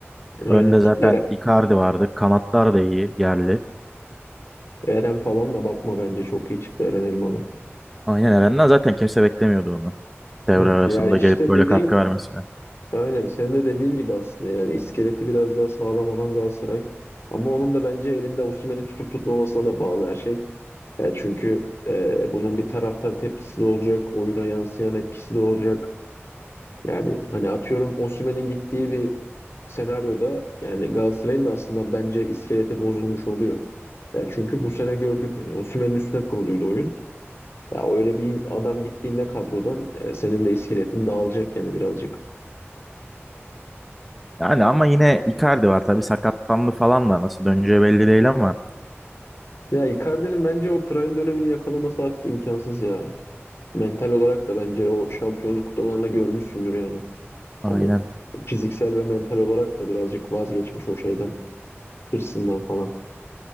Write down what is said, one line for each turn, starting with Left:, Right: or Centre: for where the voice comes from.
Left: aynen.
Centre: Önde zaten
Left: Eren,
Centre: Icardi vardı. Kanatlar da iyi, yerli.
Left: Eren falan da bakma bence çok iyi çıktı Eren Elmalı.
Centre: Aynen Eren'den zaten kimse beklemiyordu onu. Devre
Left: Evet.
Centre: arasında
Left: Ya işte
Centre: gelip böyle
Left: dediğin
Centre: katkı vermesini.
Left: aynen senin de dediğin gibi aslında yani iskeleti biraz daha sağlam olan Galatasaray. Ama onun da bence elinde Osimhen'i tutup tutmamasına da bağlı her şey. Yani çünkü e, bunun bir taraftar tepkisi de olacak, oyuna yansıyan etkisi de olacak. Yani hani atıyorum Osimhen'in gittiği bir senaryoda yani Galatasaray'ın da aslında bence iskeleti bozulmuş oluyor. Yani çünkü bu sene gördük hani Osimhen'in üstüne kuruluydu oyun. Ya öyle bir adam gittiğinde kadrodan e, senin de iskeletin dağılacak yani birazcık.
Centre: Yani ama yine Icardi var tabii sakatlandı falan da nasıl döneceği belli değil ama.
Left: Ya Icardi'nin bence o prime dönemini yakalaması artık imkansız ya. Mental olarak da bence o şampiyonluk kutlamalarında görmüşsündür yani.
Centre: Aynen.
Left: Hani fiziksel ve mental olarak da birazcık vazgeçmiş o şeyden, hırsından falan.